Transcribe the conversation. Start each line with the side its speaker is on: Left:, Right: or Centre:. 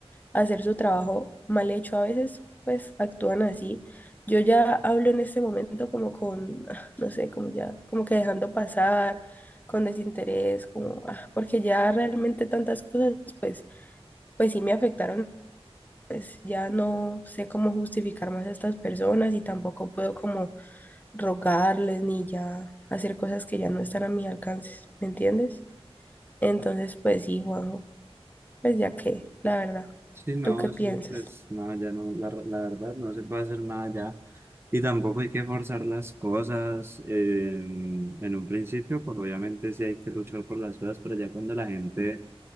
Left: hacer su trabajo mal hecho a veces, pues actúan así. Yo ya hablo en este momento como con, ah, no sé, como ya, como que dejando pasar, con desinterés, como, ah, porque ya realmente tantas cosas, pues, pues sí me afectaron, pues ya no sé cómo justificar más a estas personas y tampoco puedo como rogarles ni ya hacer cosas que ya no están a mi alcance, ¿me entiendes? Entonces, pues sí, Juanjo, pues ya que, la verdad,
Right: Sí, no,
Left: ¿tú qué piensas?
Right: eso pues nada, ya no, la, la verdad no se puede hacer nada ya. Y tampoco hay que forzar las cosas eh, en, en un principio, pues obviamente sí hay que luchar por las cosas, pero ya cuando la gente